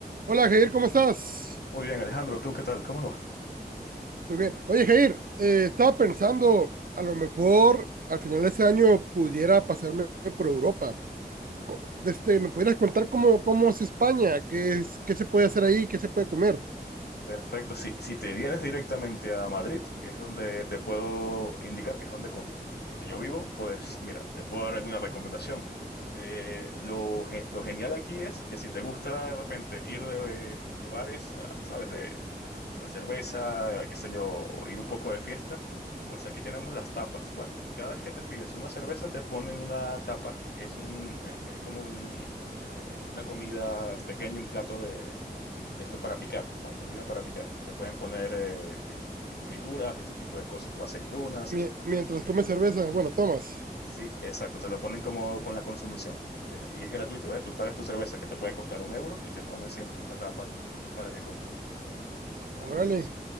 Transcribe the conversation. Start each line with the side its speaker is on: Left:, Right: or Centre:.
Right: Hola Jair, ¿cómo estás?
Left: Muy bien, Alejandro, ¿tú qué tal? ¿Cómo vas?
Right: Muy bien. Oye Jair, eh, estaba pensando, a lo mejor al final de este año pudiera pasarme por Europa. Co- Este, ¿me pudieras contar cómo, cómo es España? ¿Qué es, qué se puede hacer ahí? ¿Qué se puede comer?
Left: Perfecto, si, si te vienes directamente a Madrid, que es donde te puedo indicar, que es donde, con- donde yo vivo, pues mira, te puedo dar alguna recomendación. Eh, lo, ge- lo genial aquí es que si te gusta de repente ir de, de bares, a- ¿sabes? De a la cerveza, qué sé yo, o ir un poco de fiesta, pues aquí tenemos las tapas, ¿vale? Cada vez que te pides una cerveza, te ponen una tapa, que es un, eh, es como un, eh, una comida pequeña, un plato de esto para picar, ¿no? Comida para picar. Te pueden poner eh, eh, frituras y este tipo de cosas, o aceitunas.
Right: Mie-
Left: es- y-
Right: mientras comes cerveza, bueno, tomas.
Left: sí, exacto, te lo ponen como con la consumición. Es- y es gratuito, ¿eh? Tú pagas tu cerveza que te puede costar un euro y te ponen siempre una tapa para que comas. <laughs> Está
Right: Órale,
Left: muy bien eso.